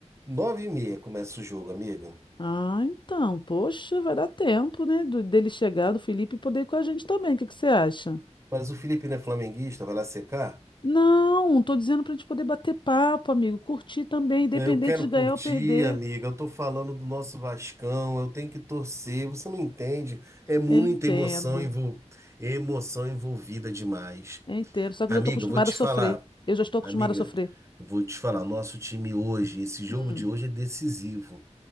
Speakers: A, on the right; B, on the left.
A: Nove e meia começa o jogo, amiga.
B: Ah, então, poxa, vai dar tempo, né? do- dele chegar, do Felipe, e poder ir com a gente também. O que que você acha?
A: Mas o Felipe não é flamenguista, vai lá secar?
B: Não, tô dizendo pra gente poder bater papo, amigo, curtir também, independente
A: É, Eu quero
B: de ganhar
A: curtir,
B: ou perder.
A: amiga. Eu tô falando do nosso Vascão, eu tenho que torcer. Você não entende? É muita
B: Eu entendo.
A: emoção, envol... emoção envolvida demais.
B: É inteiro. Só que
A: Amiga,
B: eu já estou acostumada
A: eu vou te
B: a sofrer.
A: falar.
B: Eu já estou acostumada
A: Amiga,
B: a sofrer.
A: eu vou te falar. Nosso time hoje, esse jogo
B: Hum,
A: de hoje é decisivo.